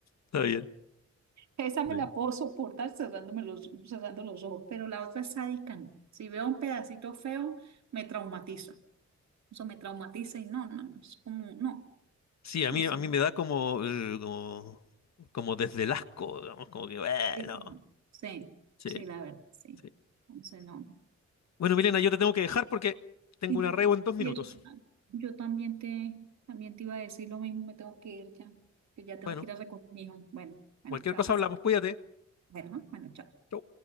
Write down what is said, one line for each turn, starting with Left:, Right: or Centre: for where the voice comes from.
Left: Está bien.
Right: Esa me
Left: Está
Right: la
Left: bien.
Right: puedo soportar cerrándome los, cerrando los ojos, pero la otra es sádica, no. Si veo un pedacito feo, me traumatiza. eso me traumatiza y no, no, no, es como, no,
Left: Sí, a
Right: no,
Left: mí,
Right: sí,
Left: a mí me da como, eh, como, como desde el asco, digamos, como que, bueno.
Right: sí, sí,
Left: Sí,
Right: sí, la verdad, sí.
Left: sí.
Right: Entonces, no.
Left: Bueno, Milena, yo te tengo que dejar porque tengo
Right: Y,
Left: una reo en dos minutos.
Right: y eso, ah, yo también te, también te iba a decir lo mismo, me tengo que ir ya, que ya
Left: Bueno,
Right: tengo que ir a recoger a mi hijo. Bueno, bueno,
Left: cualquier
Right: chao,
Left: cosa
Right: que
Left: hablamos,
Right: sí.
Left: cuídate.
Right: Bueno, ah, bueno, chao.
Left: Chau.